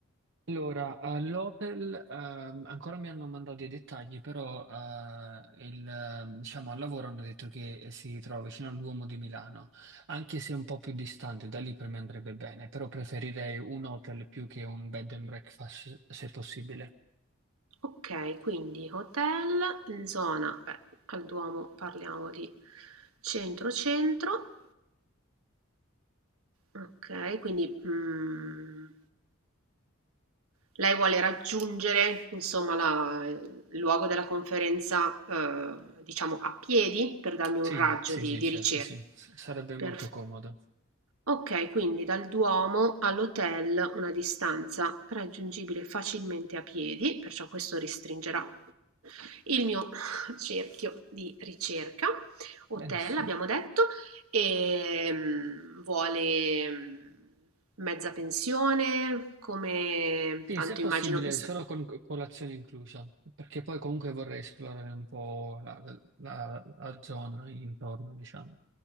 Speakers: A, on the right; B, on the right.
A: Allora, all'Opel ehm, ancora mi hanno mandato i dettagli, però eh, il, ehm, diciamo, al lavoro hanno detto che si trova vicino al Duomo di Milano, anche se è un po' più distante, da lì per me andrebbe bene, però preferirei un hotel più che un bed and breakfast se possibile.
B: Ok, quindi hotel in zona, beh, al Duomo parliamo di centro-centro, ok, quindi... mm, Lei vuole raggiungere, insomma, la- il luogo della conferenza, eh, diciamo, a piedi per darmi un
A: Sì,
B: raggio
A: sì,
B: di,
A: sì,
B: di
A: certo,
B: ricerca.
A: sì, S- sarebbe
B: Perf-
A: molto comodo.
B: Ok, quindi dal Duomo all'hotel una distanza raggiungibile facilmente a piedi, perciò questo restringerà il mio <laughs> cerchio di ricerca. Hotel,
A: Benissimo.
B: abbiamo detto, e mm, vuole mm, mezza pensione, come
A: Sì,
B: tanto
A: se è possibile,
B: immagino che sa-
A: solo con colazione inclusa, perché poi comunque vorrei esplorare un po' la, la- la zona intorno, diciamo.